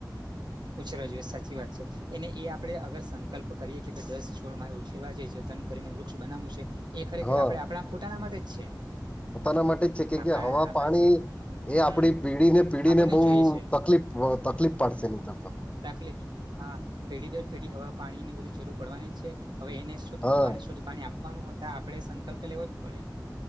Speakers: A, on the right; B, on the left.
A: પછેવો જોઈએ સાચી વાત છે. એને એ આપડણે અગર સંકલ્પ કરીએ કે ભ દસ છોડ મારે ઉછેરવા છે જતન કરીને વૃક્ષ બનાવું છે. એ ખરેખર
B: હા
A: આપડે આપણા પોતાના માટે જ છે.
B: પોતાના માટે જ છે કેમકે
A: આપણા
B: હવા
A: આપણા
B: પાણી
A: જે
B: એ
A: હમ
B: આપડી પીડીને પીડીને
A: આપણને
B: બહ
A: જોઈએ છે
B: તકલીફ તકલીફ પડશે નની તર તો.
A: તકલીફ હા પેઢી દર પેઢી હવા પાણી ની બધી જરૂર પડવાની છે હવે એને શધવાની
B: હા
A: શુદધ પાણી આપવાનું હોય તો આપણે સંકલ્પ લેવો જ પડે.